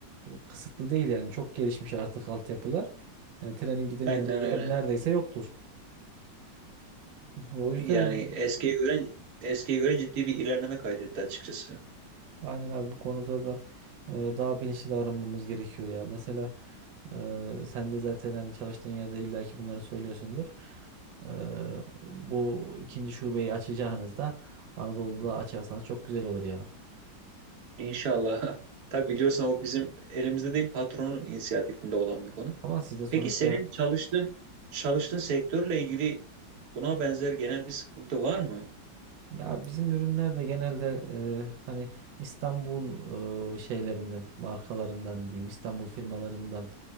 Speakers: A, on the right (about 85°); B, on the right (about 60°).
A: kısıtlı değil yani çok gelişmiş artık altyapılar. Yani trenin gidemeyeceği
B: Aynen öyle.
A: yer neredeyse yoktur. O yüzden
B: Yani eskiye göre eskiye göre ciddi bir ilerleme kaydetti açıkçası.
A: aynen abi bu konuda da eee, daha bilinçli davranmamız gerekiyor ya. Mesela eee, sen de zaten hani çalıştığın yerde illaki bunları söylüyorsundur. Eee, bu ikinci şubeyi açacağınızda Anadolu'da açarsanız çok güzel olur ya.
B: İnşallah. <laughs> Tabii biliyorsun o bizim elimizde değil patronun inisiyatifinde olan bir konu.
A: Ama siz de sonuçta
B: Peki senin çalıştığın çalıştığın sektörle ilgili buna benzer genel bir sıkıntı var mı?
A: Ya bizim ürünler de genelde e, hani İstanbul e, şeylerinden, markalarından diyeyim, İstanbul firmalarından